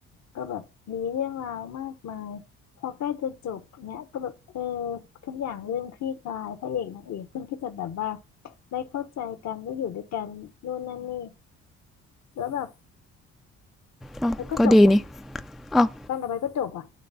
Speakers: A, on the left (about 55°); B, in the centre.
A: ก็แบบมีเรื่องราวมากมายพอใกล้จะจบเนี้ยก็แบบเออทุกอย่างเริ่มคลี่คลายพระเอกนางเอกเพิ่งที่จะแบบว่าได้เข้าใจกันได้อยู่ด้วยกันนู่นนั่นนี่แล้วแบบ
B: อ้าวก็ดีนี่
A: แล้วก็จบอ่ะ
B: อ้าว
A: ตอนต่อไปก็จบอ่ะ